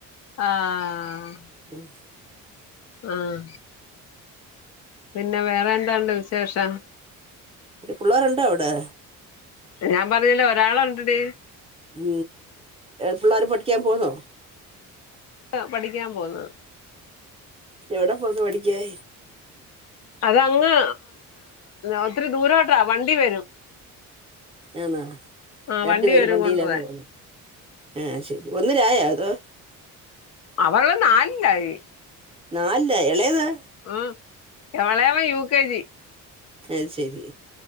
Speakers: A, on the left; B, on the right.
A: ആഹ്
B: ഉം
A: ആഹ് പിന്നെ വേറെ എന്താണ്ട് വിശേഷം
B: പിള്ളേരുണ്ടോ അവിടെ
A: ഞാൻ പറഞ്ഞില്ലേ ഒരാള ഉണ്ടടി
B: ഉ പിള്ളേർ പഠിക്കാൻ പോന്നോ
A: പഠിക്കാൻ പോകുന്നത്
B: എവിട പോന്ന് പഠിക്കാൻ
A: അതങ്ങ് ഒത്തിരി ദൂരോട്ടാ വണ്ടി വരും
B: ആന്നാ
A: ആ
B: രണ്ടു
A: വണ്ടി
B: പേരും
A: വരും
B: വണ്ടിയിലാന്ന
A: കൊണ്ടുപോവാൻ
B: പോന്നത് ആഹ ശരി ഒന്നിലായോ അതോ
A: അവർ നാലിലായി
B: നാലിലായി ഇളയതോ
A: ഉ എവളെവ യു കെ ജി
B: അത് ശരി